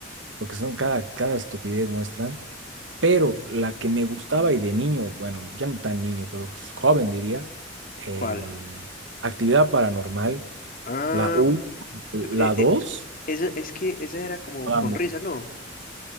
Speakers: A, on the right; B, on the left.
A: porque son cada, cada estupidez muestran, pero
B: Ujú.
A: la que me gustaba y de niño, bueno, ya no tan niño, pero joven diría, el
B: ¿Cuál?
A: Actividad Paranormal,
B: Ah,
A: la U, la
B: p- eh,
A: 2.
B: eh, esa- es que esa era como
A: Vamos.
B: con risa, ¿no?